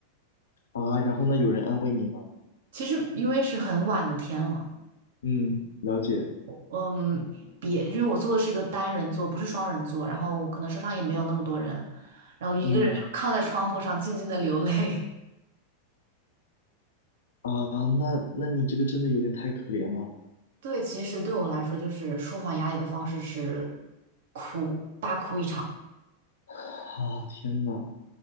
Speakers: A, on the left (about 65°); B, on the right (about 55°).
A: 啊。然后呢，有人安慰你吗？
B: 其实因为是很晚的天了，
A: 嗯，了解，
B: 嗯，别，因为我坐的是一个单人座，不是双人座，然后可能车上也没有那么多人，然后一个人就靠在窗户上静静的流泪。
A: 嗯啊，那那你这个真的有点太可怜了。
B: <laughs> 对，其实对我来说，就是舒缓压力的方式是哭，大哭一场。
A: <sighs> 啊，天呐，